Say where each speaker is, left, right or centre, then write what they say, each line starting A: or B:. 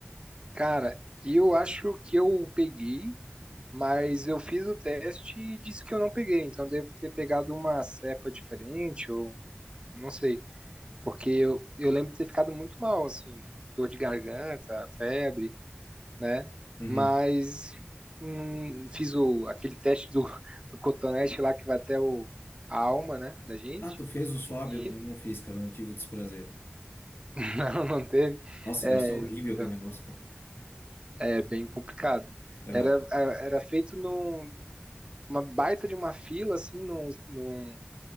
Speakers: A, on the right; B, on the left.
A: Cara, eu acho que eu peguei, mas eu fiz o teste e disse que eu não peguei. Então devo ter pegado uma cepa diferente ou não sei, porque eu, eu lembro de ter ficado muito mal, assim, dor de garganta, febre. né?
B: Uhum.
A: Mas hum, fiz o, aquele teste do, <laughs> do cotonete lá que vai até o, a alma, né, da gente.
B: Ah, tu fez o swab?
A: E
B: Eu não, não fiz, cara. Eu não tive o desprazer.
A: <laughs> não, não teve.
B: Nossa,
A: É,
B: deve ser horrível
A: então,
B: aquele negócio, cara.
A: é bem complicado.
B: Aham.
A: Era, é, era feito num uma baita de uma fila, assim, num, num